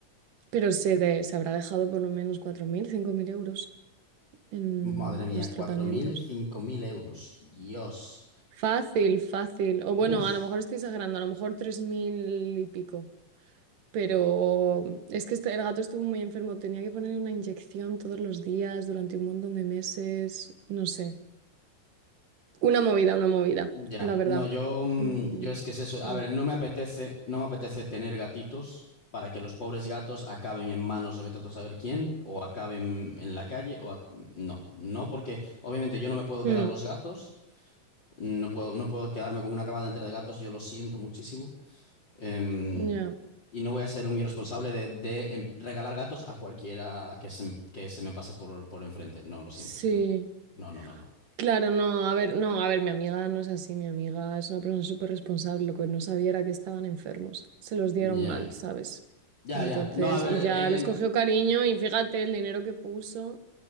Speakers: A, on the right; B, on the left.
A: Pero se, de- se habrá dejado por lo menos cuatro mil, cinco mil euros en
B: Madre mía,
A: los
B: cuatro
A: tratamientos.
B: mil, cinco mil euros. Dios.
A: Fácil, fácil. O bueno,
B: Uf.
A: a lo mejor estoy exagerando, a lo mejor 3.000 y pico. Pero es que este- el gato estuvo muy enfermo, tenía que ponerle una inyección todos los días durante un montón de meses, no sé. Una movida, una movida,
B: Ya.
A: la verdad.
B: No, yo, mm,
A: Mm,
B: yo es que es eso. A
A: mm,
B: ver, no me apetece, no me apetece tener gatitos para que los pobres gatos acaben en manos de vete tú a saber quién, o acaben en la calle, o ac- no. No, porque obviamente yo no me puedo
A: mm,
B: quedar los gatos. No puedo, no puedo quedarme con una camada entera de gatos, yo lo siento muchísimo. Em,
A: ya,
B: Y no voy a ser un irresponsable de, de, em, regalar gatos a cualquiera que se, que se me pase por, por enfrente. No, lo siento.
A: Sí.
B: No, no, no, no, no.
A: Claro, no, a ver, no, a ver, mi amiga no es así, mi amiga es una persona súper responsable, lo que no sabía era que estaban enfermos, se los dieron
B: Ya,
A: mal, ¿sabes?
B: ya,
A: Entonces,
B: ya. No, a ver,
A: y ya
B: eh,
A: les
B: em,
A: cogió cariño y fíjate el dinero que puso